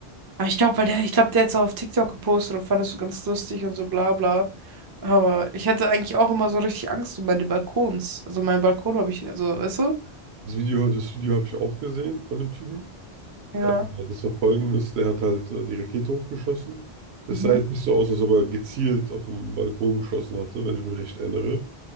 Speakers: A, on the right (about 35°); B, on the right (about 80°).
A: ich glaube, weil der, ich glaube, der hat es auch auf TikTok gepostet und fand das so ganz lustig und so bla bla. Aber ich hatte eigentlich auch immer so richtig Angst um meine Balkons. Also meinen Balkon habe ich, also, weißt du?
B: Das Video, das Video habe ich auch gesehen von dem Typen.
A: Ja.
B: Äh, Das war folgendes, der hat halt äh, die Rakete hochgeschossen. Es
A: Mhm.
B: sah jetzt nicht so aus, als ob er gezielt auf den Balkon geschossen hatte, wenn ich mich recht erinnere.